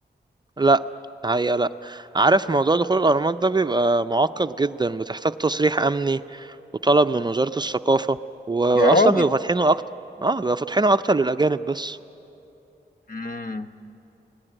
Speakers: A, on the right; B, on the left.
A: لا هي لا عارف موضوع دخول الأهرامات ده بيبقى معقد جدا بتحتاج تصريح أمني وطلب من وزارة الثقافة وأصلا
B: يا راجل
A: بيبقوا فاتحينه أكتر اه بيبقوا فاتحينه أكتر للأجانب بس
B: امم